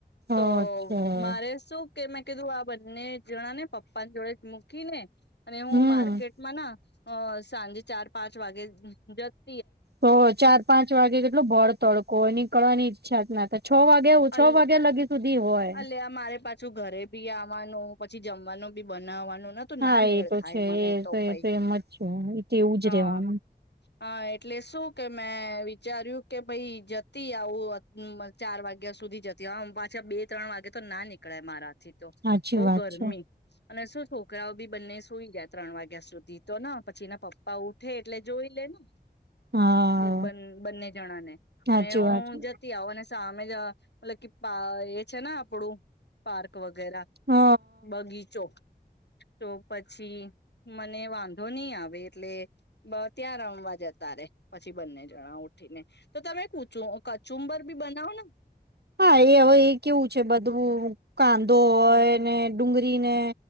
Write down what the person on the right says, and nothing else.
અચ્છા
હમ
તો ચાર પાંચ વાગે કેટલો ભળ તડકો હોય ની કળવાની ઈચ્છા જ ના થાય. છ વાગે છ
વાગ્યા લગી સુધી હોય
હા
એ તો
છે
એ
એ
એમ જ છે એ તો એવું
જ રેવાનું
સાચી
વાત
છે
હા
સાચી
વાત છે
હ
હા એ હવે એ કેવું છે બધું કાંધો હોય
ને ડુંગરીને